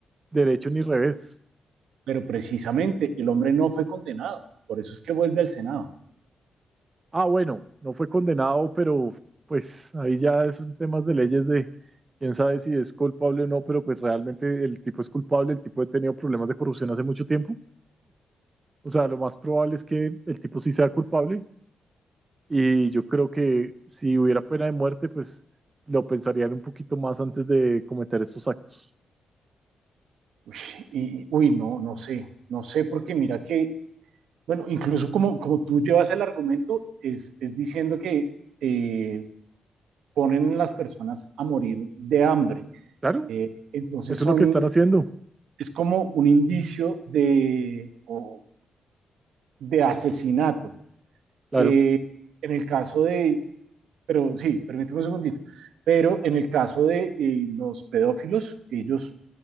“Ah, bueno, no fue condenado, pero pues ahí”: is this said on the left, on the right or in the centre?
Right